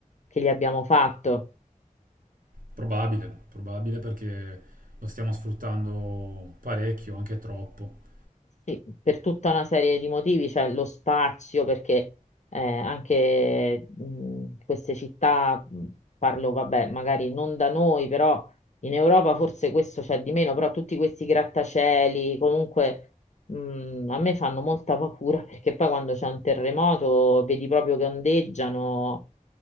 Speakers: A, on the left; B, on the right.
A: che gli abbiamo fatto.
B: probabile, probabile perché lo stiamo sfruttando parecchio, anche troppo.
A: Sì, per tutta una serie di motivi, cioè lo spazio, perché eh, anche mh, queste città, mh, parlo, vabbè, magari non da noi, però in Europa forse questo c'è di meno, però tutti questi grattacieli, comunque mh, a me fanno molta paura <laughs> perché poi quando c'è un terremoto vedi proprio che ondeggiano,